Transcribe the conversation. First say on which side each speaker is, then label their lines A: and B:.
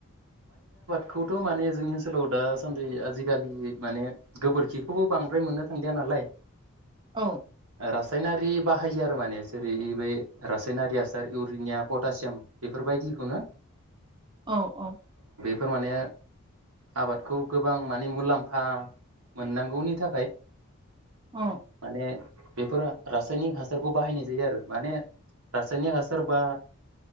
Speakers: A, on the right; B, on the right.
A: बेखौथ' माने जोंनि ओनसोलाव दासान्दि आजि खालि माने गोबोरखिखौबो बांद्राय मोननो थांलिया नालाय
B: औ।
A: रासायनारि बाहायो आरो माने जेरै बै रासायनारि हासार इउरिनिया, पटासियाम बेफोर बायदिखौनो
B: औ औ।
A: बेफोर माने आबादखौ गोबां मानि मुलाम्फा मोननांगौनि थाखाय
B: औ
A: माने बेफोरो रासायनिक हासारखौ बाहायनाय जायो आरो माने रासायनिक हासार बा